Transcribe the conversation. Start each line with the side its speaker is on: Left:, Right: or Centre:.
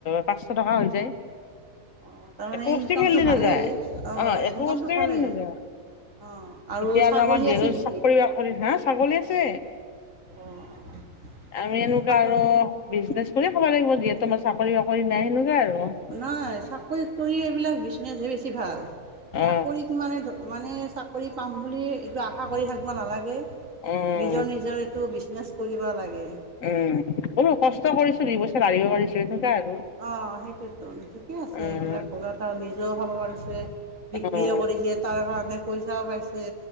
Left: পাঁচশ টকা হৈ যায়।
Right: অ', তাৰ মানে
Left: একো বস্তু
Right: ইনকম
Left: খেলি
Right: টো ভালেই
Left: নাযায়
Right: অ',
Left: একো
Right: ইনকামটো
Left: বস্তু
Right: ভালেই
Left: খেলি নাযায়
Right: অ', আৰু
Left: এতিয়া
Right: ছাগলী
Left: আমাৰ যিহেতু
Right: আছে নি?
Left: চাকৰি বাকৰিত হা ছাগলী আছে
Right: অঁ
Left: আমি এনেকুৱা
Right: ছাগল
Left: আৰু বিজনেচ কৰিয়ে খাৱ লাগিব যিহেতু আমাৰ চাকৰি বাকৰি নাই সেনেকুৱা আৰু।
Right: নাই চাকৰিত কৰি এইবিলাক বিজনেচহে বেছি ভাল
Left: অ
Right: চাকৰিত মানে ধৰ মানে চাকৰি পাম বুলি এইটো আশা কৰি থাকিব নালাগে
Left: উম
Right: নিজৰ নিজৰ টো বিজনেছ কৰিব লাগে।
Left: উম, বলো কষ্ট কৰিছো দুই পইচা লাৰিব পাৰিছো এনেকোৱা আৰু।
Right: অ', সেইটোৱেতো ঠিকে আছে
Left: উম
Right: এইবিলাক এটা নিজেও খাব পাৰিছে। বিক্ৰীয়ে
Left: উম
Right: কৰিছে তাৰ কাৰণে পইচাও পাইছে।